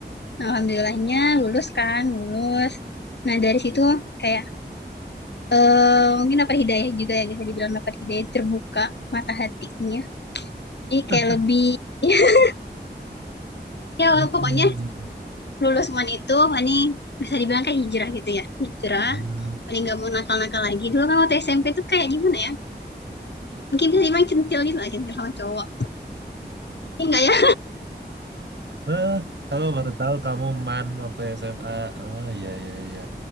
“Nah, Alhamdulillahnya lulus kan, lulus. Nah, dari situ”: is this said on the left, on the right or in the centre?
Left